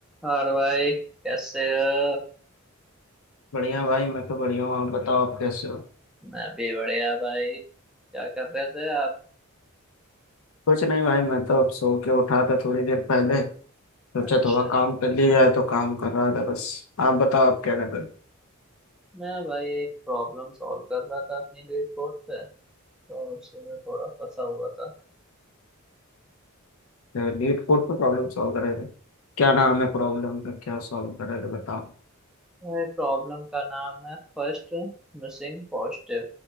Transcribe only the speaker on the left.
बढ़िया भाई मैं तो बढ़िया हूँ आप बताओ आप कैसे हो
कुछ नहीं भाई मैं तो अब सो के उठा था थोड़ी देर पहले सोचा
थोड़ा काम कर लिया जाए तो काम कर रहा था बस आप बताओ आप क्या कर रहे
थे लीड कोड पर प्रॉब्लम सॉल्व कर रहे थे क्या नाम है प्रॉब्लम का क्या सॉल्व कर रहे थे बताओ